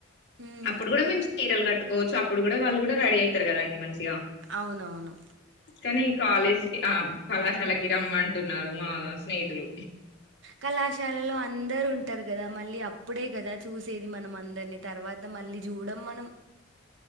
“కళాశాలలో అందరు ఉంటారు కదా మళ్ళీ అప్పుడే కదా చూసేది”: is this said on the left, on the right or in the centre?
Right